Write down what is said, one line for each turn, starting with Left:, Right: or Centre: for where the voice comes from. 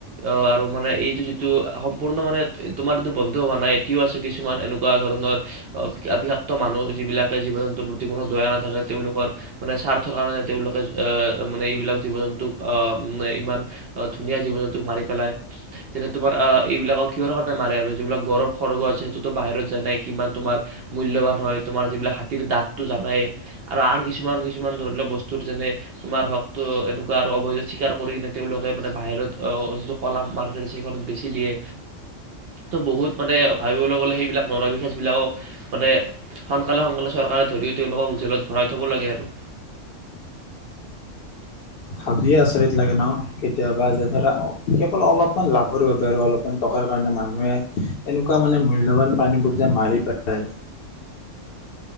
Right: আহ আৰু মানে এইটো যিটো সম্পূৰ্ণ মানে তোমাৰ এইটো বন্ধ হোৱা নাই এতিও আছে কিছুমান এনেকোৱা ধৰণৰ বিষাক্ত মানুহ যিবিলাকে জীৱ জন্তুৰ প্ৰতি কোনো দয়া নাথাকে তেওঁলোকৰ মানে স্বাৰ্থৰ কাৰণে তেওঁলোকে আহ মানে এইবিলাক জীৱ জন্তুক আহ ইমান ধুনীয়া জীৱ জন্তুক মাৰি পেলাই যেতিয়া তোমাৰ আহ এইবিলাকক কিহৰ কাৰণে মাৰে আৰু যিবিলাক গড়ৰ খৰ্গ আছে সেইটোতো বাহিৰত যায় নাই কিমান তোমাৰ মূল্যবান হয় তোমাৰ যিবিলাক হাতীৰ দাঁতটো জানাই আৰু আন কিছুমান কিছুমান ধৰি লোৱা বস্তুৰ যেনে তোমাৰ হক এনেকোৱা আৰু অবৈধ চিকাৰ কৰি কিনে তেওঁলোকে মানে বাহিৰত যিটো কলা মাৰ্কেট আছে সেইখনত বেছি দিয়ে ত' বহুত মানে ভাবিবলৈ গলে সেইবিলাক ন চবিলাকক মানে সোনকালে সোনকালে চৰকাৰে ধৰিও তেওঁলোকক জেলত ভৰাই থ'ব লাগে আৰু
Left: ভাবিয়ে আচৰিত লাগে ন কেতিয়াবা যে ধৰা কেৱল অলপমান লাভৰ বাবে আৰু অলপমান টকাৰ কাৰণে মানুহে এনেকোৱা মানে মূল্যৱান প্ৰাানীবোৰ যে মাৰি পেলায়